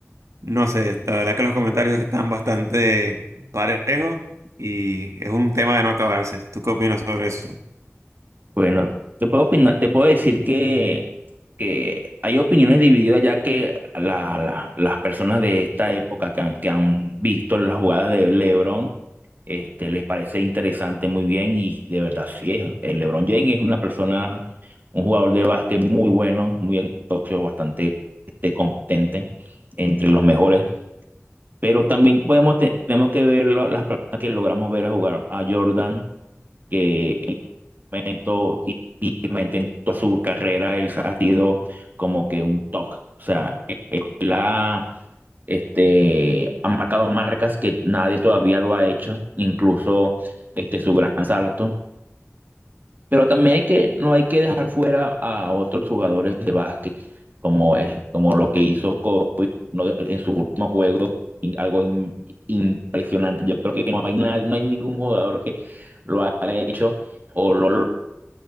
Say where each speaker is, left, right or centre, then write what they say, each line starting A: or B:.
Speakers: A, on the right (about 85°); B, on the right (about 40°).
A: No sé, la verdad que los comentarios están bastante parejos y es un tema de no acabarse. ¿Tú qué opinas sobre eso?
B: Bueno, te puedo opinar, te puedo decir que, que hay opiniones divididas ya que la- la- las personas de esta época que han, que han visto las jugadas de LeBron este, les parece interesante muy bien y de verdad sí es. El LeBron James es una persona, un jugador de básquet muy bueno, muy exitoso, bastante este, competente, entre los mejores. Pero también podemos te- tenemos que ver lo- las personas que logramos ver a jugar a Jordan. que en un momento y y realmente en toda su carrera él ha sido como que un top. O sea, eh, eh, él ha, este, ha marcado marcas que nadie todavía lo ha hecho, incluso este, su gran salto. Pero también hay que, no hay que dejar fuera a otros jugadores de básquet, como, es, como lo que hizo con uno de- en su último juego, y algo im- impresionante. Yo creo que no hay, na- no hay ningún jugador que lo haya hecho o lo,